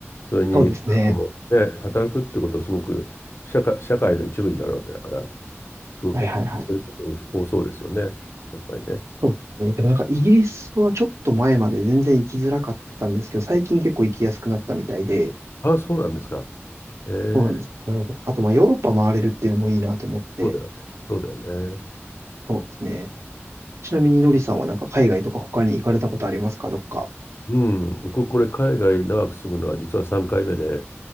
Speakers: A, on the left; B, on the right.
A: それに、
B: そうですね。
A: あの、ね、働くってことをすごく社会、社会の一部になるわけだから、すごくそういうこと多そうですよね。
B: はいはいはい。
A: やっぱりね。
B: そうですね。でもなんかイギリスはちょっと前まで全然行きづらかったんですけど、最近結構行きやすくなったみたいで、
A: ああ、そうなんですか。ええ、
B: そうなんです。なので、あと、まあ、ヨーロッパ回れるっていうのもいいなと思って、
A: そうだよね。そうだよね。
B: そうですね。ちなみに、のりさんはなんか海外とか他に行かれたことありますかどっか。
A: うん、僕これ海外長く住むのは実は3回目で、